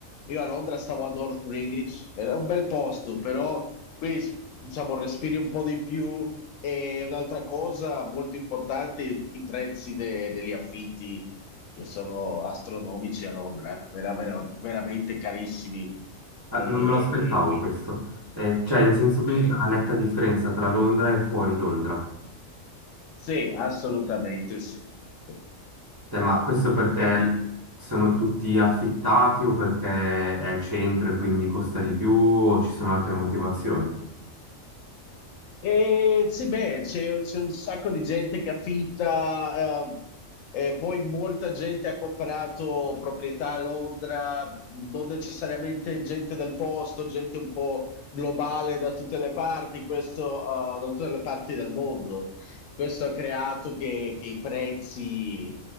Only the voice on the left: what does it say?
io a Londra stavo a North Greenwich, era un bel posto, però qui s- diciamo respiri un po' di più e un'altra cosa molto importante, i i prezzi de- degli affitti che sono astronomici a Londra, vera- vera- veramente carissimi.
E
quindi...
sì.
Sì, assolutamente sì. Sì.
E, di-
e sì, beh, c'è c'è un sacco di gente che affitta, eh, e poi molta gente ha comprato proprietà a Londra, non necessariamente gente del posto, gente un po' globale da tutte le parti, questo, eh, da tutte le parti del mondo. Questo ha creato che, che i prezzi